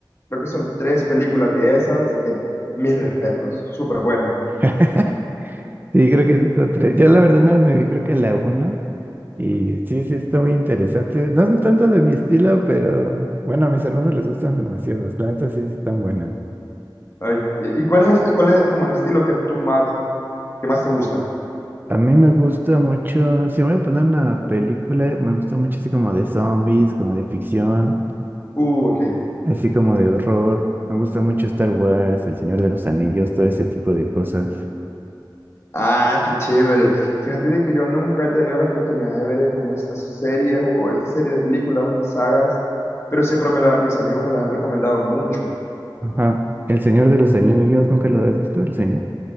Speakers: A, on the left; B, on the right.
A: Creo que son tres películas de esas que mis respetos, súper buenas.
B: <laughs> Sí, creo que es esa tres. Yo la verdad no me vi, creo que la uno. Y sí, sí, está muy interesante. No es tanto de mi estilo, pero bueno, a mis hermanos les gustan demasiado. La neta sí, sí están buenas.
A: Ay, ¿Y cuál es, cuál es como el estilo que tú más, que más te gusta?
B: A mí me gusta mucho, si voy a poner una película, me gusta mucho así como de zombies, como de ficción,
A: Uh, ok.
B: así como de horror. Me gusta mucho Star Wars, El Señor de los Anillos, todo ese tipo de cosas.
A: Ah, qué chévere. Fíjate de que yo nunca he tenido la oportunidad de ver eh, como estas series o o esta serie de películas o estas sagas, pero siempre me la- mis amigos me las han recomendado mucho.
B: Ajá. El Señor de los Anillos, ¿nunca lo has visto? El Señor.